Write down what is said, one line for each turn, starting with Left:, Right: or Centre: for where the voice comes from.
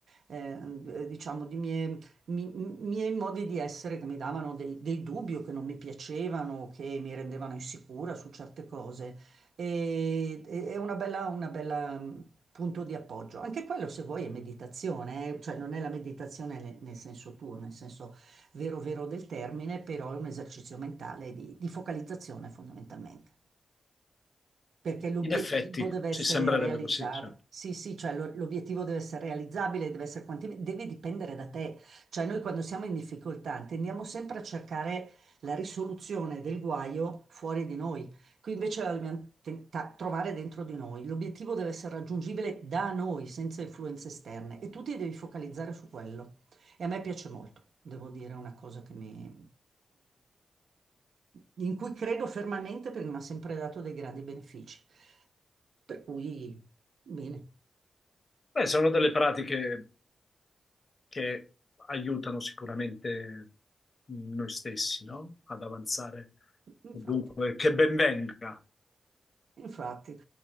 Right: eh, diciamo, di mie, mi- miei modi di essere che mi davano dei, dei dubbi o che non mi piacevano, o che mi rendevano insicura su certe cose e, e- è una bella, una bella mm, punto di appoggio. Anche quello, se vuoi, è meditazione, eh, Cioè non è la meditazione nel, nel senso tuo, nel senso vero vero del termine, però è un esercizio mentale di di focalizzazione fondamentalmente. Perché l'obiettivo
Left: In effetti,
Right: deve
Left: ci
Right: essere
Left: sembrerebbe
Right: realizzabile.
Left: così, certo.
Right: Sì, sì, cioè lo- l'obiettivo deve essere realizzabile, deve essere quantifi- deve dipendere da te. Cioè noi quando siamo in difficoltà tendiamo sempre a cercare la risoluzione del guaio fuori di noi. Qui invece la dobbiamo tenta- trovare dentro di noi. L'obiettivo deve essere raggiungibile da noi, senza influenze esterne. E tu ti devi focalizzare su quello. E a me piace molto, devo dire, è una cosa che mi, in cui credo fermamente perché mi ha sempre dato dei grandi benefici. Per cui, bene,
Left: Beh, sono delle pratiche. che aiutano sicuramente noi stessi, no? Ad avanzare.
Right: infatti,
Left: Dunque, che ben venga.
Right: infatti.